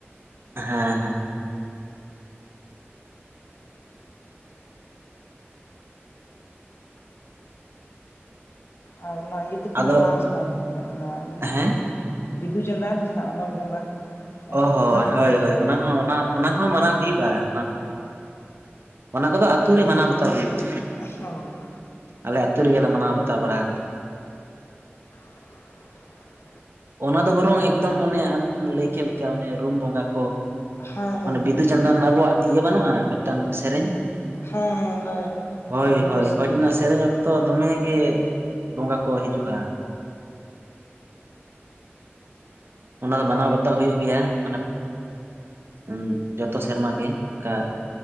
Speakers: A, on the right; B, on the left.
A: ᱦᱮᱸ ᱦᱮᱸ᱾
B: ᱟᱨ ᱚᱱᱟ ᱤᱭᱟᱹ ᱫᱚ ᱠᱚ
A: ᱟᱫᱚ
B: ᱢᱟᱱᱟᱣᱟ ᱥᱮ ᱵᱟᱝ <unintelligible> ᱚᱱᱟ ᱤᱭᱟᱹ
A: ᱦᱮᱸ
B: ᱵᱤᱫᱩ ᱪᱟᱸᱫᱟᱱ ᱡᱟᱦᱟᱸ ᱚᱱᱚᱞ ᱵᱚᱸᱜᱟ
A: <unintelligible>
B: ᱚᱱᱟ
A: ᱦᱚᱸ
B: ᱠᱚ
A: ᱦᱳᱭ
B: ᱢᱟᱱᱟᱣ ᱜᱮᱭᱟ
A: ᱦᱳᱭ ᱚᱱᱟ ᱦᱚᱸ ᱚᱱᱟ ᱦᱚᱸ ᱢᱟᱱᱟᱣ ᱦᱩᱭᱩᱜᱼᱟ ᱚᱱᱟ ᱦᱚᱸ ᱚᱱᱟ ᱠᱚᱫᱚ ᱟᱹᱛᱩ ᱨᱮ ᱢᱟᱱᱟᱣ ᱵᱟᱛᱟᱣ ᱦᱩᱭᱩᱜᱼᱟ᱾
B: ᱦᱮᱸ ᱜᱚᱢᱠᱮ
A: ᱟᱞᱮ ᱟᱹᱛᱩ ᱨᱮᱜᱮ ᱞᱮ ᱢᱟᱱᱟᱣ ᱵᱟᱛᱟᱣ ᱵᱟᱲᱟ ᱟᱠᱟᱫᱟ᱾
B: <unintelligible>
A: ᱚᱱᱟ ᱫᱚ ᱵᱚᱨᱚᱝ ᱮᱠᱫᱚᱢ ᱚᱱᱮ ᱟᱢ ᱮᱢ ᱞᱟᱹᱭ ᱠᱮᱫ ᱞᱮᱠᱟ ᱚᱱᱮ ᱨᱩᱢ ᱵᱚᱸᱜᱟ ᱠᱚ
B: ᱦᱮᱸ ᱦᱮᱸ
A: ᱚᱱᱮ ᱵᱤᱫᱩᱼᱪᱟᱸᱫᱟᱱ ᱟᱵᱚᱣᱟᱜ ᱤᱭᱟᱹ ᱵᱟᱹᱱᱩᱜᱼᱟ ᱢᱤᱫᱴᱟᱝ ᱥᱮᱨᱮᱧ
B: ᱦᱮᱸ ᱦᱮᱸ ᱦᱮᱸ ᱦᱮᱸ
A: ᱦᱳᱭ
B: ᱚᱱᱮ ᱱᱟᱹᱦᱟᱨ
A: ᱦᱳᱭ
B: ᱥᱮ
A: ᱦᱳᱭ
B: ᱦᱮᱱᱟᱜᱼᱟ
A: ᱚᱱᱟ ᱥᱮᱨᱮᱧ ᱚᱠ ᱛᱚ ᱫᱚᱢᱮ ᱜᱮ ᱵᱚᱸᱜᱟ ᱠᱚ ᱦᱤᱡᱩᱜᱼᱟ ᱚᱱᱟ ᱫᱚ ᱢᱟᱱᱟᱣ ᱵᱟᱛᱟᱣ ᱦᱩᱭᱩᱜ ᱜᱮᱭᱟ ᱢᱟᱱᱮ ᱩᱸᱻ ᱡᱚᱛᱚ ᱥᱮᱨᱢᱟ ᱜᱮ ᱚᱝᱠᱟ